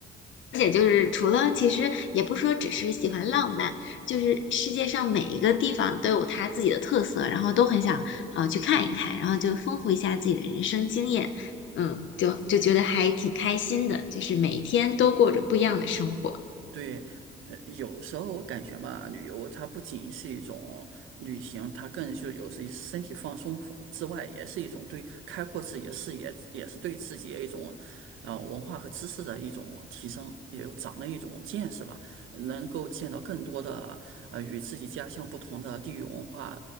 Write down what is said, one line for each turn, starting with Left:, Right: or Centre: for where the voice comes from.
Left: 而且就是除了，其实也不说只是喜欢浪漫，就是世界上每一个地方都有它自己的特色，然后都很想呃去看一看，然后就丰富一下自己的人生经验，嗯，就就觉得还挺开心的，就是每一天都过着不一样的生活。
Right: 对，呃，有时候我感觉嘛，旅游它不仅是一种旅行，它更就有时身体放松之外，也是一种对开阔自己的视野，也是对自己的一种，呃，文化和知识的一种提升，也有长了一种见识吧，能够见到更多的呃与自己家乡不同的地域文化、